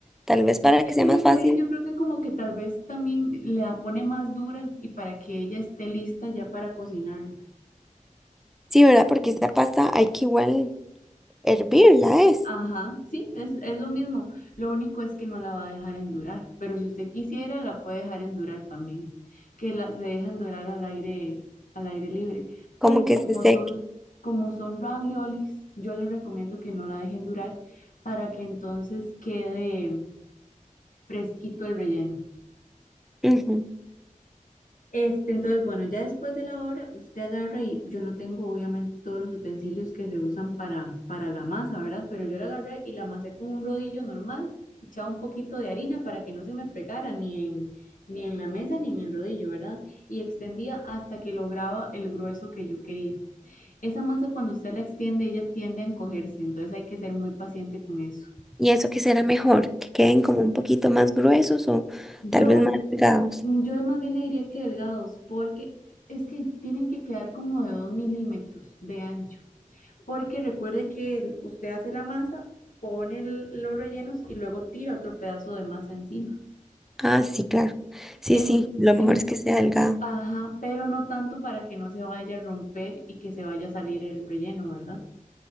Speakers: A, in the centre; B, on the left (about 75°).
A: Tal vez para
B: Ese
A: que sea más
B: refrigerio
A: fácil.
B: yo creo que como que tal vez también la pone más dura y para que ella esté lista ya para cocinar.
A: Sí, ¿verdad? Porque esta pasta hay que igual hervirla, es
B: Ajá, sí, es, es lo mismo. Lo único es que no la va a dejar endurar, pero si usted quisiera, la puede dejar endurar también, que la, se deja endurar al aire, al aire libre.
A: como
B: Pero
A: que
B: como
A: se seque.
B: son, como son raviolis, yo le recomiendo que no la deje endurar para que entonces quede fresquito el relleno.
A: Ujú.
B: Este, entonces, bueno, ya después de la obra, usted agarra y yo no tengo obviamente todos los utensilios que se usan para, para la masa, ¿verdad? Pero yo la agarré y la amasé con un rodillo normal, echaba un poquito de harina para que no se me pegara ni en, ni en la mesa ni en el rodillo, ¿verdad? Y extendía hasta que lograba el grueso que yo quería. Esa masa cuando usted la extiende, ella tiende a encogerse, entonces hay que ser muy paciente con eso.
A: ¿Y eso qué será mejor? ¿Que queden como un poquito más gruesos o
B: Yo
A: tal vez más delgados?
B: Mm, Yo más bien le diría que delgados, porque es que tienen que quedar como de 2 milímetros de ancho. Porque recuerde que el- usted hace la masa, pone el- los rellenos y luego tira otro pedazo de masa encima.
A: Ah, sí, claro. Sí,
B: En,
A: sí, lo mejor
B: en,
A: es que sea delgado.
B: ajá, pero no tanto para que no se vaya a romper y que se vaya a salir el relleno, ¿verdad?